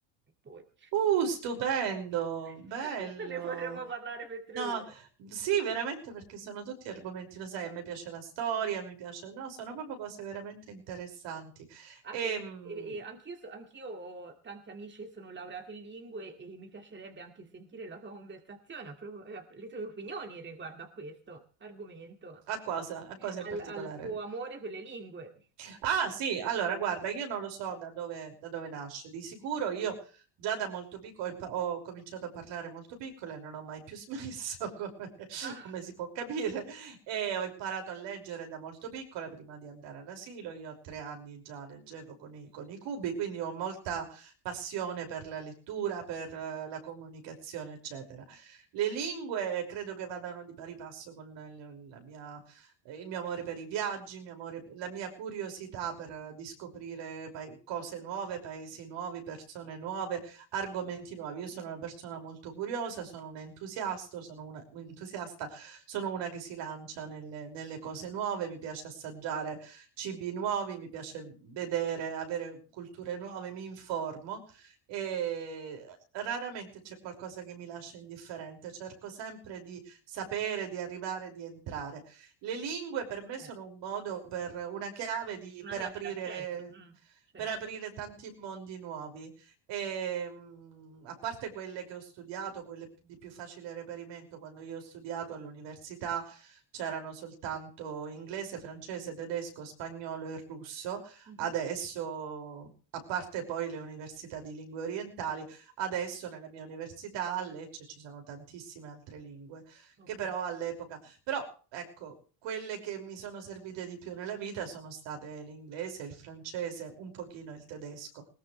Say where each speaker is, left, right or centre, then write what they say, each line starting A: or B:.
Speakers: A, on the right; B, on the right.
A: Poi.
B: Uh, stupendo,
A: <laughs>
B: bello.
A: Ne potremmo parlare per tre
B: No,
A: ore.
B: sì, veramente perché sono tutti argomenti, lo sai, a me piace la storia, mi piace, no, sono proprio cose veramente interessanti.
A: Anche,
B: E, mh,
A: e- e anch'io, so- anch'io ho tanti amici che sono laureati in lingue e mi piacerebbe anche sentire la tua conversazione, a propos- eh, le tue opinioni riguardo a questo argomento,
B: a cosa, a cosa in
A: al,
B: particolare?
A: al tuo amore per le lingue.
B: Ah, sì, allora guarda, io non lo so da dove, da dove nasce. Di sicuro io già da molto piccolo ho impa- ho cominciato a parlare molto piccola e non ho mai più smesso, <laughs> come,
A: Ah,
B: come si può capire. E ho imparato a leggere da molto piccola prima di andare all'asilo. Io a tre anni già leggevo con i, con i cubi, quindi ho molta passione per la lettura, per eh, la comunicazione, eccetera. Le lingue credo che vadano di pari passo con il- la mia eh, il mio amore per i viaggi, il mio amore- la mia curiosità per eh, di scoprire pa- cose nuove, paesi nuovi, persone nuove, argomenti nuovi. Io sono una persona molto curiosa, sono un entusiasta, sono una, un entusiasta, sono una che si lancia nelle, nelle cose nuove, mi piace assaggiare cibi nuovi, mi piace vedere, avere culture nuove, mi informo e raramente c'è qualcosa che mi lascia indifferente, cerco sempre di sapere, di arrivare, di entrare. Le lingue per me
A: eh,
B: sono un modo per una chiave di-
A: una
B: per
A: chiave
B: aprire,
A: d'accesso, mm, certo.
B: per aprire tanti mondi nuovi. E, mh, a parte quelle che ho studiato, quelle di più facile reperimento, quando io ho studiato all'università c'erano soltanto inglese, francese, tedesco, spagnolo e russo.
A: Mhm,
B: Adesso, a parte poi le università di lingue orientali, adesso nella mia università a Lecce ci sono tantissime altre lingue
A: ok.
B: che però all'epoca però ecco, quelle che mi sono servite di più nella vita sono state l'inglese, il francese, un pochino il tedesco.